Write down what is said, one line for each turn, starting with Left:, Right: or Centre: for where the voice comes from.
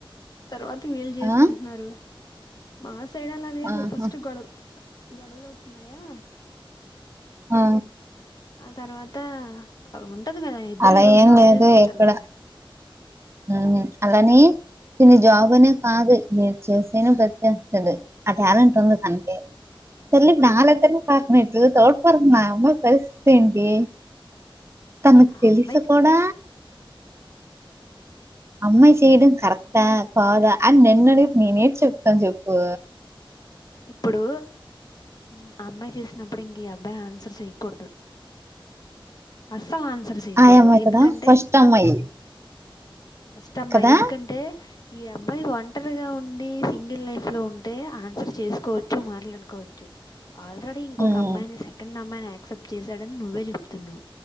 Left: తర్వాత వీళ్ళు చేసుకుంటున్నారు
Right: ఆ
Left: మాస్ సైడల్ అలా లేదు
Right: ఆహా
Left: ఫస్ట్ గొడవ్ గొడవలవుతున్నాయా
Right: ఆ
Left: ఆ తర్వాత అవున్ టది కదా ఇద్దరు
Right: అలా
Left: ఏదో ఒక
Right: ఏం
Left: జాబ్
Right: లేదు
Left: చేసుకుంటారు
Right: ఇక్కడ
Left: కదా
Right: ఉహు అలా అని తిని జాబ్ అనేది కాదు ఏం చేసైనా బతికేస్తది ఆ టాలెంట్ ఉంది తనకి పెళ్లిక్ నా దగ్గర్నే <unintelligible> తోడ్ <unintelligible> నా అమ్మ పరిస్థి ఏంటి తనకు
Left: ఆ
Right: తెలుసు
Left: అమ్మాయికి
Right: కూడా అమ్మాయి చేయడం కరెక్టా కాదా అని నన్నడగుత్ నేనేం చెప్తాను చెప్పు
Left: ఇప్పుడూ ఉ అమ్మాయి చేసినప్పుడు ఇంకే అబ్బాయి ఆన్సర్ చెయ్యకూడదు అస్ సలు ఆన్సర్ చేయకూడదు
Right: ఆ అమ్మాయి
Left: ఎందుకంటే
Right: కదా ఫస్ట్ అమ్మాయి
Left: ఫస్ట్ అమ్మాయి
Right: కదా
Left: ఎందుకంటే ఈ అబ్బాయి ఒంటరిగా ఉండి సింగిల్ లైఫ్ లో ఉంటే ఆన్సర్ చేసుకోవచ్చు మాట్లాడుకోవచ్చు ఆల్రెడీ ఇంకొక
Right: ఉమ్
Left: అమ్మాయిని సెకండ్ అమ్మాయి అక్సెప్ట్ చేశాడని నువ్వే చెప్తున్నావు